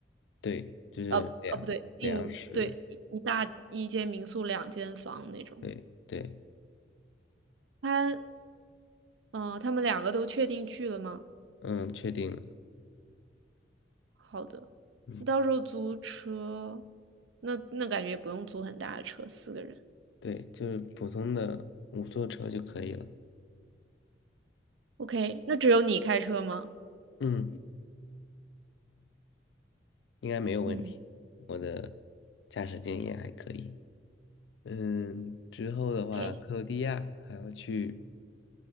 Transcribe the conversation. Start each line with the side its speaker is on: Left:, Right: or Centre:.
Left: 对，就是粮粮食，
Right: 呃呃不对，订对一一大一间民宿两间房那种。
Left: 对对，
Right: 他嗯、呃他们两个都确定去了吗？
Left: 嗯，确定了，
Right: 好的，
Left: 嗯，
Right: 你到时候租车，那那感觉也不用租很大的车，四个人。
Left: 对，就是普通的五座车就可以了，
Right: OK，那只有你开车吗？
Left: 嗯，应该没有问题，
Right: 嗯
Left: 我的驾驶经验还可以，嗯，之后的话，
Right: ，OK。
Left: 克罗地亚还要去